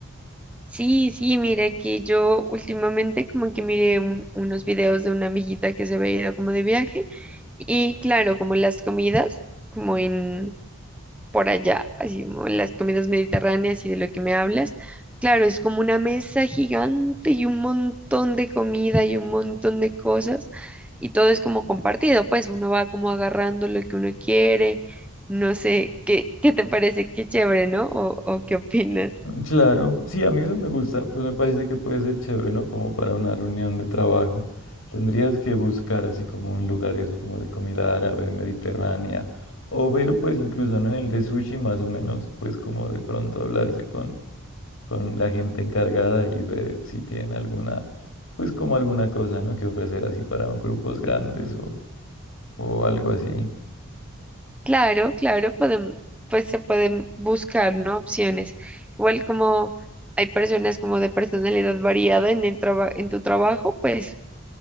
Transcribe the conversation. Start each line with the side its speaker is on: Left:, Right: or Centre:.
Centre: Sí, sí, mira que yo últimamente como que miré un- unos videos de una amiguita que se había ido como de viaje y claro, como las comidas, como en por allá, así como en las comidas mediterráneas y de lo que me hablas. Claro, es como una mesa gigante y un montón de comida y un montón de cosas y todo es como compartido, pues uno va como agarrando lo que uno quiere, no sé, ¿qué, qué te parece? Qué chévere, ¿no? ¿O, o qué opinas?
Left: Claro, sí, a mí eso me gusta, pues me parece que puede ser chévere, ¿no? Como para una reunión de trabajo. Tendrías que buscar así como un lugar eso, como de comida árabe, mediterránea, o ver pues incluso ¿no? en el de sushi más o menos, pues como de pronto hablarse con, con la gente encargada y ver si tienen alguna, pues como alguna cosa, ¿no? Que ofrecer así para grupos grandes o, o algo así.
Centre: Claro, claro, podem- pues se pueden buscar, ¿no? Opciones. Igual como hay personas como de personalidad variada en el traba- en tu trabajo, pues